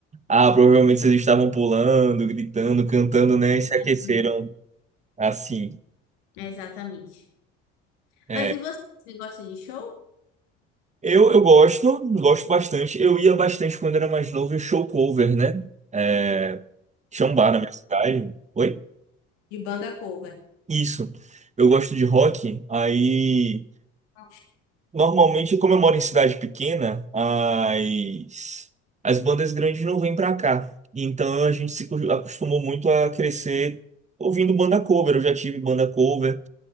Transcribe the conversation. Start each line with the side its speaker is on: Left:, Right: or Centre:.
Right: Ah, provavelmente vocês estavam pulando, gritando, cantando, né?
Left: Exatamente.
Right: E se aqueceram assim.
Left: Exatamente.
Right: É.
Left: Mas e você? Você gosta de show?
Right: Eu, eu gosto, gosto bastante. Eu ia bastante quando era mais novo em show cover, né? É, tinha um bar na minha cidade. Oi?
Left: de banda cover.
Right: Isso. Eu gosto de rock, aí
Left: Ah,
Right: Normalmente, como eu moro em cidade pequena, as, as bandas grandes não vêm pra cá. Então a gente se acos- acostumou muito a crescer ouvindo banda cover. Eu já tive banda cover.